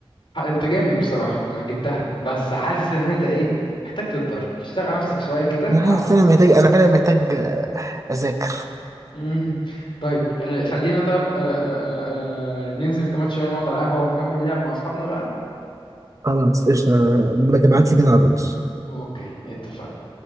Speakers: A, on the left; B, on the right.
A: ح- أنت جامد بصراحة أنا جبتها بس حاسس إن أنت إيه محتاج تتدرب تشتغل على نفسك شوية كده
B: انا
A: <laughs>
B: حاسس
A: وبعد
B: إن انا محتاج انا فعلا محتاج آه، اذاكر
A: مم. طيب آه، خلينا طيب آه، آه، آه، آه، ننزل كمان شوية نقعد على القهوة ونكمل لعب مع أصحابنا بقى
B: خلاص قشطة ابعت لي كده على الواتس
A: أوكي اتفقنا